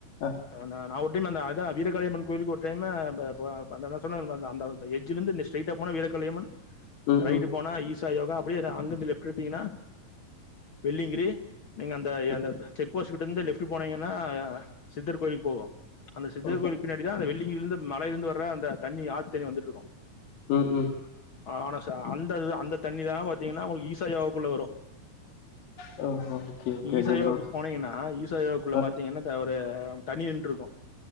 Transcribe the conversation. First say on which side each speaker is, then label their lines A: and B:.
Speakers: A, on the left; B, on the left.
A: ஆ
B: அ நா நா ஓ டின் அத வீரகாளியம்மன் கோயிலுக்கு ஒரு டைம் பா இப்போ பா அந்த நா சொன்னேன்ல அந்த அந்த எட்ஜலருந்து ஸ்ட்ரியிட்ட போன வீரகாளியம்மன்
A: ம்
B: ரைட்டு
A: ம்
B: போனா ஈசா யோகா அப்டியே அங்கிருந்து லெப்ட் எடுத்தீங்கன்னா வெள்ளிங்கிரி நீங்க அந்த
A: ஓகே
B: அந்த செக் செக் போஸ்ட்கிட்ட இருந்து லெப்ட் போனீங்கன்னா சித்தர் கோயில் போகு அந்த சித்தர்
A: ஓகே
B: கோயில்க்கு பின்னா டி தா அந்த வெள்ளிங்கிரில இருந்து மழையில இருந்து வர அந்த தண்ணி ஆத்து தண்ணி வந்துட்டுருக்கு
A: ம் ம்
B: ஆனா அந்த அந்த தண்ணிதா பாத்தீங்கன்னா உங்களுக்கு ஈசா யோகக்குள்ள வரு
A: ஓ ஓகே
B: ஈசா
A: ஓகே
B: யோக்கு
A: ப்ரோ
B: போனீங்கன்னா ஈசா யோகக்குள்ள
A: ஆ
B: பாத்தீங்கன்னா அ ஒரு தண்ணி நின்ட்ருக்கு